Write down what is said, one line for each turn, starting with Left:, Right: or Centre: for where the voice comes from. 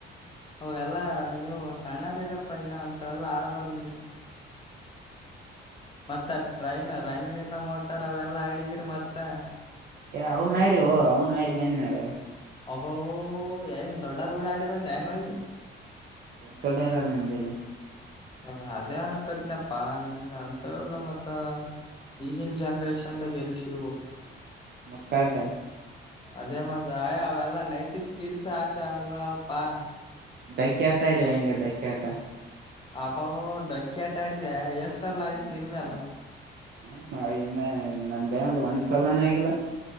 Left: ಅ ಎಲ್ಲಾ ನೀವು ಸಣ್ಣರಿೀರಪ್ಪಾ ಇನ್ನ ಅಂತ ಎಲ್ಲಾ ಆಡಬಾರಡ್ದ ನೀವು ಮತ್ತೆ ಟ್ರೈನ್ ರಂಗಿನಿಂದ ಮೋಟರ್ ಅವೆಲ್ಲಾ ಅಡಗಿರಿ ಮತ್ತೆ
Right: ಏ ಅವ್ ನ ಆಿ ೋ ಅವ್ನ್ ಆಿ ಬಂದ್ ನಾಡ
Left: ಅಬೋ ಯಏನು ದೊಡ್ಡಾರಗಡ ಆಡಿ ಬಂದನು
Right: ತೊಡ್ಡಾರಾರ ನಮ ಬೆಲ್ಲಿ
Left: ಹ ಅದೇ ಅನಕತನಪ್ಪ ನೀ ಅಂತ ಇಲ್ಲ ಮತ್ತ ಈಗಿನ ಜನ್ರೇಷನ್ದಾಗ
Right: ಮತ್ತೆ
Left: ಎಲ್ಸ ಹೋಗೋಗು
Right: ಮುಟ್ಟಾಟ
Left: ಅದೇ ಮತ್ರ ಅವೆಲ್ಲಾ ನೈಂಟೀ ಕಿಡ್ಸ್ ಆಟ ಆಗವಳಾವಪ್ಪಾ
Right: ಬೆಂಕಿಯಾಟ ಆಡಿ ವಾಂಗಿಯ ೊಕಾಟ
Left: ಆಬ ಡೊಕ್ಕಿ ಆಟಾ ಆಡಿದೆ ಎಸ್ ಎಲ್ಲ ಆಯ್ತು ನಿನ್ಮಲ್ಲ
Right: ಹ ನ ಇನ್ನ ನನ್ ಬೇಲ್ಲ ಒಂದ್ ಸಲಾನ ಆಗಿಲ್ಲ